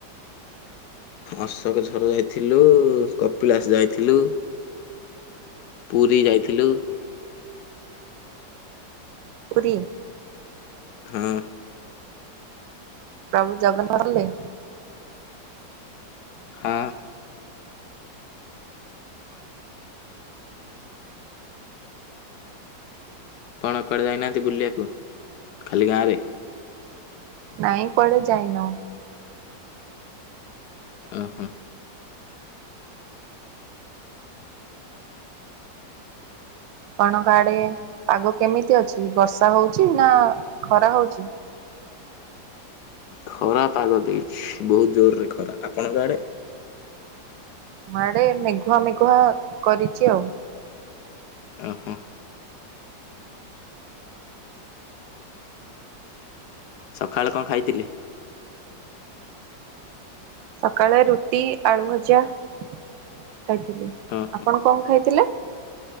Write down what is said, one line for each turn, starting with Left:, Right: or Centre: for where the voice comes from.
Left: ଅଶୋକ ଝର ଯାଇଥିଲୁ କପିଳାସ ଯାଇଥିଲୁ। ପୁରୀ ଯାଇଥିଲୁ।
Right: ପୁରୀ?
Left: ହୁଁ।
Right: ପ୍ରଭୁ ଜଗନ୍ନାଥ ହେଲେ।
Left: ହଁ। କଣ କୁଆଡ଼େ ଯାଇନାହାନ୍ତି ବୁଲିବାକୁ ଖାଲି ଗାଁରେ?
Right: ନାଇଁ କୁଆଡେ ଯାଇନୋଉଁ।
Left: ହୁଁ ଉଁ।
Right: ଆପଣଙ୍କ ଆଡେ ପାଗ କେମିତି ଅଛି ବର୍ଷା ହୋଉଚି ନା ଖରା ହୋଉଚି?
Left: ଖରା ପାଗ ଦେଇଚି ବୋହୁତ ଜୋରରେ ଖରା ଆପଣଙ୍କ ଆଡ଼େ?
Right: ମାଆଡେ ମେଘୁଆ ମେଘୁଆ କରିଚି ଆଉ।
Left: ଓହୋ। ସକାଳେ କଣ ଖାଇଥିଲେ?
Right: ସକାଳେ ରୁଟି ଆଳୁ ଭଜା ଖାଇଥିଲି
Left: ଓହୋ
Right: ଆପଣ କଣ ଖାଇଥିଲେ?